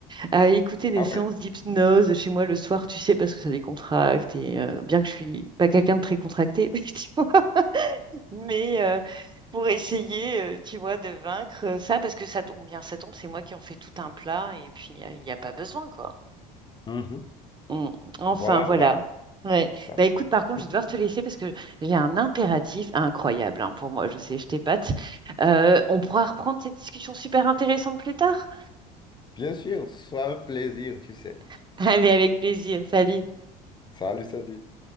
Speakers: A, on the right; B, on the left.
A: à écouter des
B: Ah
A: séances
B: ouais,
A: d'hypnose chez moi le soir, tu sais, parce que ça décontracte. Et euh, bien que je suis pas quelqu'un de très contracté, <laughs> oui, tu vois, mais euh, pour essayer, euh, tu vois, de vaincre ça, parce que ça tombe bien, ça tombe, c'est moi qui en fais tout un plat, et puis il n'y a pas besoin, quoi.
B: Mhm.
A: Mm. Enfin,
B: voilà,
A: voilà.
B: ouais,
A: Ouais.
B: c'est ça.
A: Bah écoute, par contre,
B: <laughs>
A: je vais devoir te laisser parce que j'ai un impératif incroyable hein, pour moi. Je sais, je t'épate. Euh, on pourra reprendre cette discussion super intéressante plus tard.
B: Bien sûr, ce sera un plaisir, tu sais.
A: <laughs> Allez, avec plaisir. Salut.
B: Salut, salut.